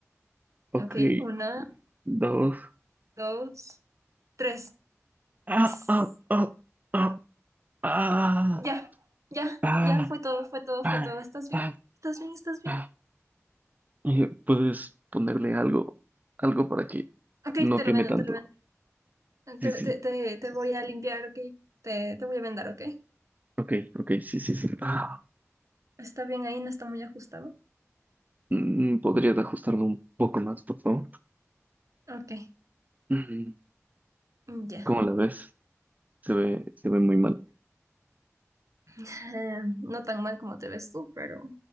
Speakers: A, on the right (about 35°); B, on the right (about 80°).
A: Ok,
B: Ok, una,
A: dos.
B: dos, tres.
A: Ah,
B: Tss,
A: ah, ah, ah, ah,
B: Ya, ya,
A: ah,
B: ya, fue todo, fue todo,
A: ah,
B: fue todo. ¿Estás bien?
A: ah,
B: ¿Estás bien? ¿Estás bien?
A: ah. Eh, ¿Puedes ponerle algo, algo para que
B: Ok,
A: no
B: te
A: queme
B: lo vendo,
A: tanto?
B: te lo vendo.
A: Sí,
B: Te,
A: sí.
B: te, te, te voy a limpiar, ok. Te, te voy a vendar, ok.
A: Ok, ok, sí, sí, sí. Ah,
B: ¿Está bien ahí? ¿No está muy ajustado?
A: mm, ¿podrías ajustarlo un poco más, por favor?
B: Ok,
A: Mm,
B: ya.
A: ¿Cómo
B: <laughs>
A: la ves? Se ve, se ve muy mal.
B: Eh, no tan mal como te ves tú, pero...